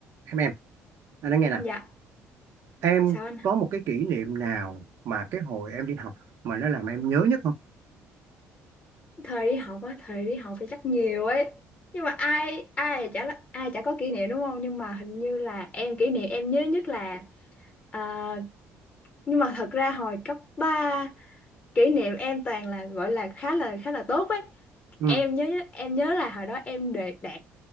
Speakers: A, on the right (about 60°); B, on the left (about 30°).
A: em em anh nói nghe nè
B: Dạ,
A: em
B: sao anh?
A: có một cái kỷ niệm nào mà cái hồi em đi học mà nó làm em nhớ nhất không
B: Thời đi học á, thời đi học thì chắc nhiều ấy. Nhưng mà ai ai chả là- ai chả có kỷ niệm đúng không? Nhưng mà hình như là em kỷ niệm em nhớ nhất là à, nhưng mà thật ra hồi cấp 3 kỷ niệm em toàn là gọi là khá là khá là tốt ấy.
A: ừ
B: Em nhớ em nhớ là hồi đó em được đạt